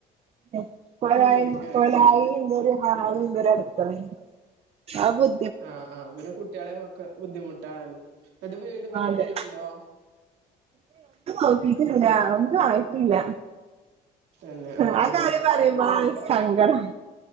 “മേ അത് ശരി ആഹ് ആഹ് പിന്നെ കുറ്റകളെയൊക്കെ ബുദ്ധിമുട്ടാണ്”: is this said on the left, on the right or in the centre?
Right